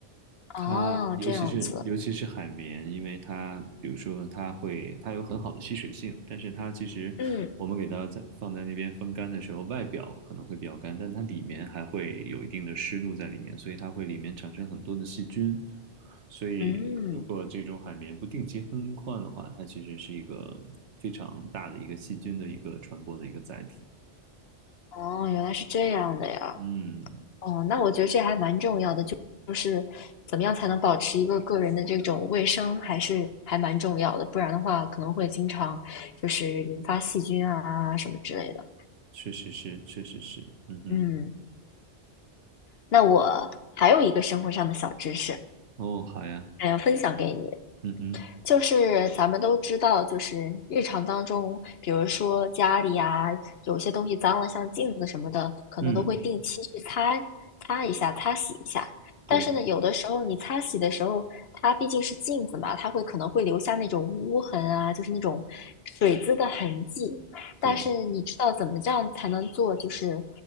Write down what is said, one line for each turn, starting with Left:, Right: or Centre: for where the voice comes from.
Right: 它尤其是尤其是海绵，
Left: 哦，这样子，
Right: 因为它比如说它会它有很好的吸水性，但是它其实我们给它在放在那边风干的时候，
Left: 嗯
Right: 外表可能会比较干，但它里面还会有一定的湿度在里面，所以它会里面产生很多的细菌。所以如果这种海绵不定期更换的话，
Left: 嗯，
Right: 它其实是一个非常大的一个细菌的一个传播的一个载体。
Left: 哦，原来是这样的呀。
Right: 嗯，
Left: 哦，那我觉得这还蛮重要的，就就是怎么样才能保持一个个人的这种卫生，还是还蛮重要的，不然的话可能会经常就是引发细菌啊什么之类的。
Right: 确实是，确实是，嗯哼，
Left: 嗯，那我还有一个生活上的小知识，
Right: 哦，好呀，
Left: 想要分享给你。
Right: 嗯哼，
Left: 就是咱们都知道，就是日常当中，比如说家里啊，有些东西脏了，像镜子什么的，可能都会定期去擦擦一下、
Right: 嗯，
Left: 擦洗一下。但是呢，
Right: 对。
Left: 有的时候你擦洗的时候，它毕竟是镜子嘛，它会可能会留下那种污痕啊，就是那种水渍的痕迹。
Right: 对
Left: 但是你知道怎么这样才能做，就是